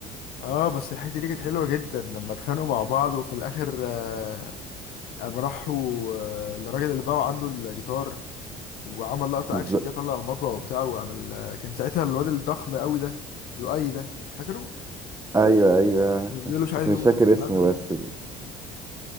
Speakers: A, on the left; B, on the right.
A: اه بس الحته دي كانت حلوه جدا لما اتخانقوا مع بعض وفي الاخر آه، قام راحوا آه، للراجل اللي باعه عنده الجيتار وعمل لقطه
B: بالظبط.
A: اكشن جه طلع المطوه وبتاع وعمل آه، كان ساعتها الواد الضخم قوي ده لؤي ده فاكره
B: ايوه ايوه
A: بيقول له مش عايز
B: بس مش
A: اموت
B: فاكر اسمه
A: مش عايز اموت
B: بس ال-